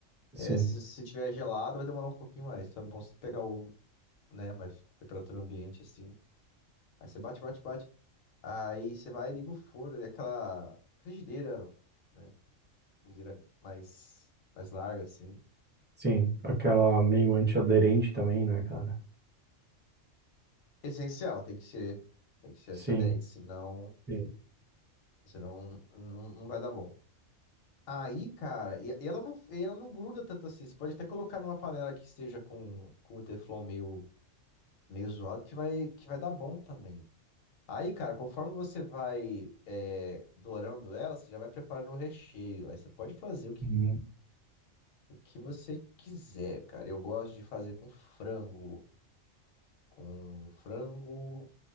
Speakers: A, on the left; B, on the right.
A: É,
B: Sim,
A: se, se tiver gelado, vai demorar um pouquinho mais. Então é bom você pegar o né? Mas temperatura ambiente, assim. Aí você bate, bate, bate. Aí você vai e liga o forno, é aquela frigideira, né? Cozinheira mais, mais larga, assim.
B: sim. Aquela meio antiaderente também, né, cara?
A: Essencial, tem que ser. Tem que ser antiaderente,
B: Sim,
A: senão,
B: sim.
A: senão não, não vai dar bom. Aí, cara, e e ela não, e ela não gruda tanto assim. Você pode até colocar numa panela que esteja com, com o teflon meio, meio zoado, que vai, que vai dar bom também. Aí, cara, conforme você vai é, dourando ela, você já vai preparando o recheio. Aí você pode fazer o que,
B: Uhum.
A: o que você quiser, cara. Eu gosto de fazer com frango, com frango,